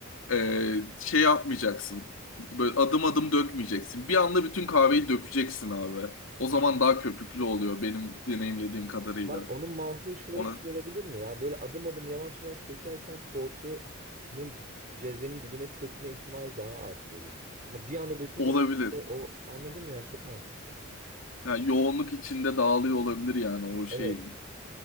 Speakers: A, on the left (about 70°); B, on the right (about 40°).
A: eee, şey yapmayacaksın. Böyle adım adım dökmeyeceksin. Bir anda bütün kahveyi dökeceksin abi. O
B: Ya.
A: zaman daha köpüklü oluyor benim deneyimlediğim kadarıyla.
B: Bak onun mantığı şöyle
A: Ona
B: bir şey olabilir mi? Yani böyle adım adım yavaş yavaş dökerken tortunun cezvenin dibine çökme ihtimali daha artıyordur. Ama bir anda dökünce
A: olabilir.
B: belki de o anladım yani çok mantıklı.
A: Yani
B: Çok
A: yoğunluk
B: mantıklı.
A: içinde dağılıyor olabilir yani o şeyin.
B: Evet.